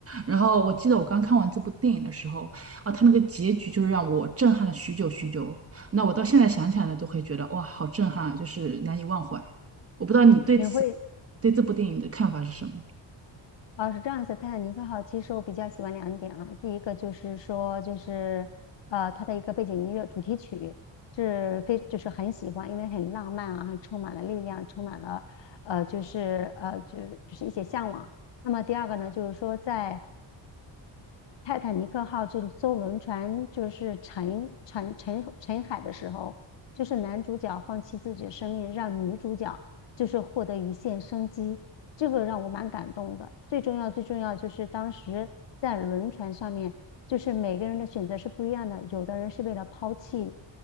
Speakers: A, on the right; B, on the left.
A: 然后我记得我刚看完这部电影的时候。啊，他那个结局就是让我震撼了许久许久。那我到现在想起来呢，都会觉得哇，好震撼啊，就是难以忘怀。我不知道你对
B: 你会
A: 对这部电影的看法是什么？
B: 哦，是这样子，《泰坦尼克号》其实我比较喜欢两点啊。第一个就是说，就是呃，它的一个背景音乐主题曲是非就是很喜欢，因为很浪漫啊，充满了力量，充满了呃，就是呃，就是就是一些向往。那么第二个呢，就是说在泰坦尼克号这艘轮船就是沉沉沉沉海的时候，就是男主角放弃自己的生命，让女主角就是获得一线生机，这个让我蛮感动的。最重要最重要就是当时在轮船上面，就是每个人的选择是不一样的，有的人是为了抛弃